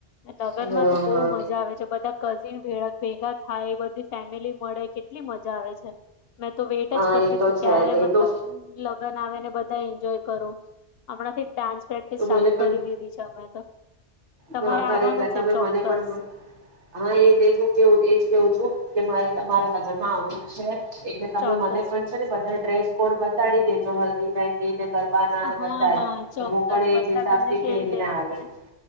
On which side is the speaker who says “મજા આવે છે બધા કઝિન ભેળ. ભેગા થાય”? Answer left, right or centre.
Left